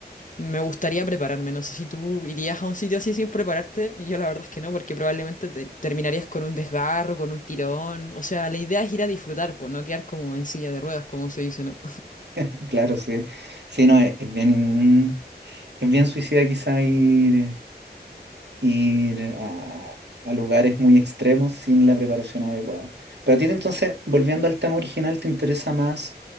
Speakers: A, on the left; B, on the right.
A: Me gustaría prepararme, no sé si tú irías a un sitio así sin prepararte, y yo la verdad es que no, porque probablemente te terminarías con un desgarro, con un tirón, o sea, la idea es ir a disfrutar, pues no quedar como en silla de ruedas, como se dice, ¿no?
B: <laughs> claro, sí. Sí, no, es, es bien, es bien suicida quizá ir... ir a, a lugares muy extremos sin la preparación adecuada. Pero a ti entonces, volviendo al tema original, ¿te interesa más